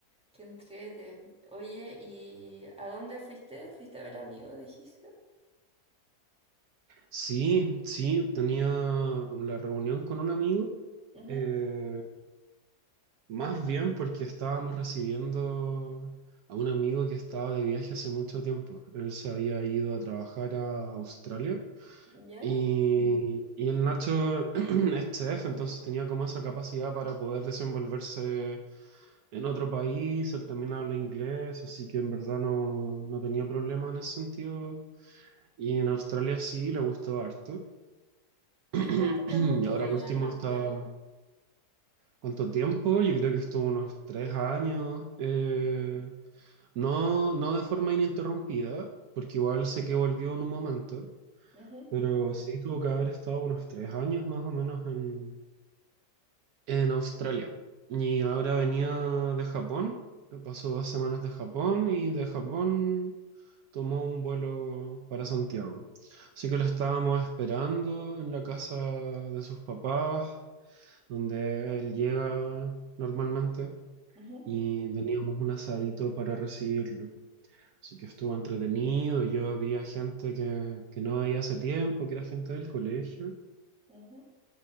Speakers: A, in the centre; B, on the right.
A: qué entrete. Oye, ¿y a dónde fuiste? ¿Fuiste a ver amigos, dijiste?
B: Sí, sí, tenía la reunión con un amigo,
A: Ujú,
B: eh, más bien porque estábamos recibiendo a un amigo que estaba de viaje hace mucho tiempo. Él se había ido a trabajar a Australia
A: ¿Ya?
B: y, y el Nacho <clears throat> es chef, entonces tenía como esa capacidad para poder desenvolverse en otro país, él también habla inglés, así que en verdad no, no tenía problema en ese sentido. Y en Australia sí, le gustó harto. <clears throat>
A: ¿Y cuánto tiempo estuvo
B: Y ahora
A: allá
B: último
A: en Australia?
B: está, ¿cuánto tiempo? Yo creo que estuvo unos tres años. eh, no, no de forma ininterrumpida, porque igual sé que volvió en un momento,
A: Ujú,
B: pero sí tuvo que haber estado unos tres años más o menos en, en Australia. Y ahora venía de Japón, pasó dos semanas de Japón y de Japón tomó un vuelo para Santiago. Así que lo estábamos esperando en la casa de sus papás. donde él llega normalmente
A: ujú,
B: y teníamos un asadito para recibirlo. Así que estuvo entretenido, yo había gente que, que no veía hace tiempo, que era gente del colegio.
A: ujú.